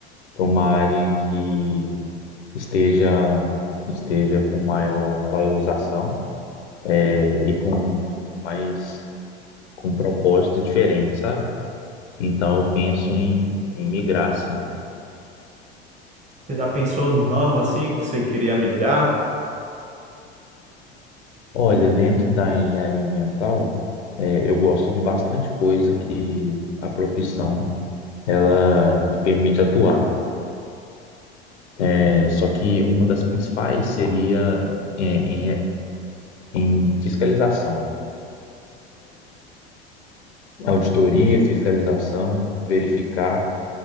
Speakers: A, on the left; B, on the right.
A: para uma área em que esteja, esteja com maior valorização, é, e com mais, com um propósito diferente, sabe? Então eu penso em, em migrar, sim.
B: Você já pensou no ramo assim que você queria migrar?
A: Olha, dentro da engenharia ambiental, é, eu gosto de bastante coisa que a profissão ela me permite atuar. É, só que uma das principais seria em, em- em fiscalização, auditoria, fiscalização, verificar